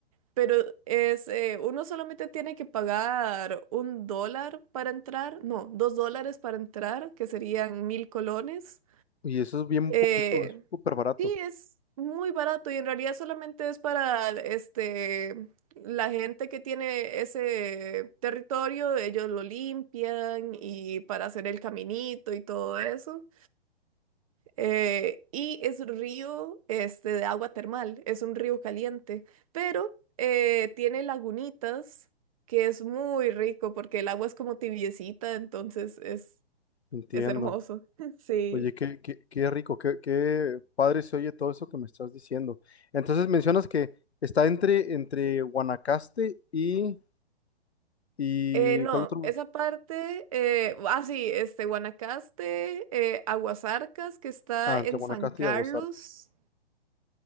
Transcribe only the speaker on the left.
Y eso es bien
poquito, es súper barato.
Entiendo.
Oye, qué, qué, qué rico, qué, qué padre se oye todo eso que me estás diciendo. Entonces mencionas que está entre, entre Guanacaste y, y...
¿Cuál otro?
Ah,
entre Guanacaste
y Aguasarca.